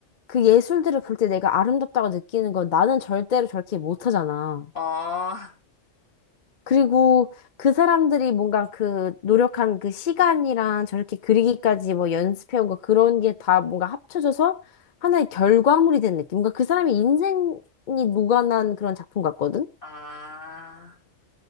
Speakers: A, on the left; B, on the left.
A: 그 예술들을 볼 때 내가 아름답다고 느끼는 건 나는 절대로 저렇게 못하잖아.
B: 어, <laughs>
A: 그리고 그 사람들이 뭔가 그 노력한 그 시간이랑 저렇게 그리기까지 뭐 연습해온 거 그런 게 다 뭔가 합쳐져서 하나의 결과물이 된 느낌. 뭔가 그 사람의 인생이 녹아난 그런 작품 같거든?
B: 아,